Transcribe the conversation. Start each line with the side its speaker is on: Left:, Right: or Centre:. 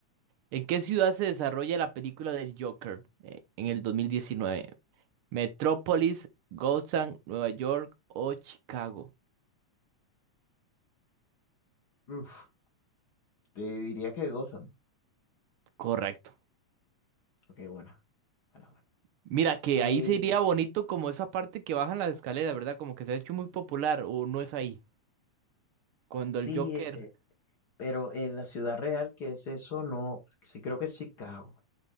Right: ¿en qué ciudad se desarrolla la película del Joker eh, en el 2019? ¿Metrópolis, Gotham, Nueva York o Chicago?
Left: Uf, te diría que Gotham.
Right: Correcto
Left: Ok, bueno. Bueno, bueno.
Right: Mira, que
Left: Eh,
Right: ahí sería bonito como esa parte que bajan las escaleras, ¿verdad? Como que se ha hecho muy popular, o no es ahí. Cuando
Left: sí,
Right: el Joker.
Left: eh, eh, pero en la ciudad real, que es eso? No, sí creo que es Chicago,